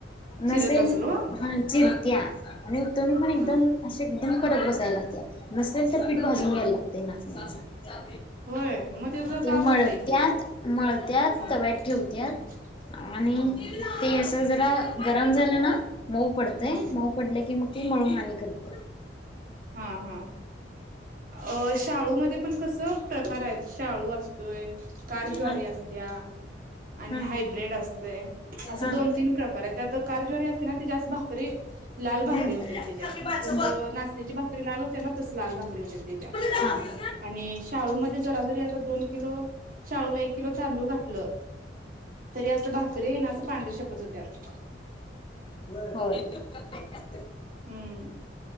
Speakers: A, on the right (about 50°); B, on the left (about 30°).
A: चिरत
B: नसेल
A: असल ओ
B: हा चिरत्या आणि तोनी पण एकदम
A: हा
B: अशी एकदम कडक बस यला नसेल तर पीठ भाजून
A: हा
B: या्यायला लागतंय नाचण्याचचा
A: होय मग त्याचा
B: ते
A: तापच
B: मळत्यात
A: आहे की
B: मळत्यात
A: हा
B: तव्यात ठेवत्या
A: हम्म
B: आणि
A: हा
B: ते असं जरा गरम झालं ना मऊ पडतय
A: हा
B: मऊ पडलं की मग ते मळून आणि करत
A: हा हा अ शाळूमध्ये पण कस प्रकार आहेत शाळू अस य कार ज्वारी
B: हा
A: असत्या आणि
B: हा
A: हायब्र्रीड असते असं
B: हा.
A: दोन तीन प्रकार आहे त्यात कारज्वारी असते ना ती जास्त भाकरी लाल भाकरी
B: हम्म.
A: होते त्याच्या जस नाचण्याची भाकरी लाल होत्या ना त लाल भाकरी होते तेच्या
B: हम्म.
A: आणि शाळू मध्ये जरा जरी आता दोन किलो शाळूला एक किलो तांदूळ घातलं तरी असं भाकरी येई ना असं पांर्या छपत होत्यात
B: <unintelligible>
A: हम्म